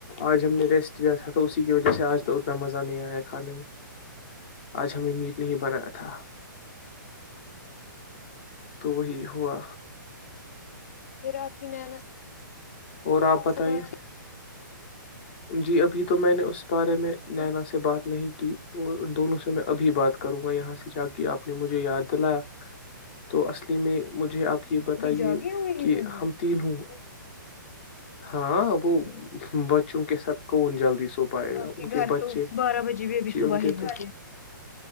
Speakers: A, on the left (about 30°); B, on the left (about 45°).
A: آج ہم نے ریسٹ کیایا تھا اس کی وجہ سے آج تو اتنا مزہ نہیں آیا کھانے میں آج ہمیں میٹ نہیں بنایا تھا تو وہی ہوا
B: پھر آپ کی نینا
A: اور آپ بتائیے
B: سے بات
A: جی ابھی تو میں نے اس بارے میں
B: ہو
A: نینا سے بات نہیں کی اور ان دونوں سے میں ابھی بات کروں یہاں سے جا کے آپ نے مجھے یاد دلایا تو اصلی میں مجھے آپ یہ
B: ابھی
A: بتائیے
B: جاگے ہوئے ہی
A: کہ
B: ہوں گے
A: ہم تین ہوں ہاں وہ بچوں کے ساتھ کون جلدی سو پائے گا
B: آپ
A: ان
B: کے گھر
A: بچے
B: تو بارہ بجے بھی ابھی
A: جی
B: صبح
A: ان کے
B: ہی ہوتے
A: تو